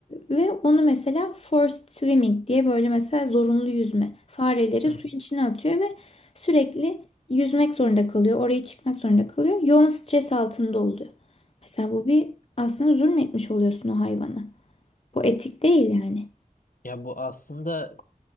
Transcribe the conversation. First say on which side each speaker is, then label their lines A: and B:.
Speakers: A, on the left (about 45°); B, on the left (about 70°).
A: ve onu mesela forced swimming diye böyle mesela zorunlu yüzme. Fareleri
B: hı.
A: suyun içine atıyor ve sürekli yüzmek zorunda kalıyor. Oraya çıkmak zorunda kalıyor. Yoğun stres altında oluyor. Mesela bu bir aslında zulmetmiş oluyorsun o hayvana. Bu etik değil yani.
B: Ya bu aslında